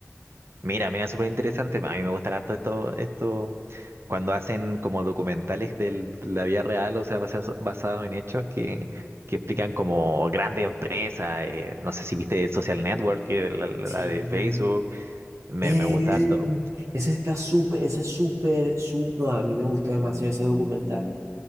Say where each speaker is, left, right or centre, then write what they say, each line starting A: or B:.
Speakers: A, on the right (about 55°); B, on the right (about 75°).
A: Mira, mira, súper interesante. A mí me gustan harto esto, esto, cuando hacen como documentales de la vida real, o sea, basados basado en hechos que, que explican como grandes empresas. eh, no sé si viste Social Network, que la, la
B: Sí.
A: de Facebook. Me,
B: Eh,
A: me gusta harto.
B: ese está súper, ese es súper, súper, no, a mí me gustó demasiado ese documental.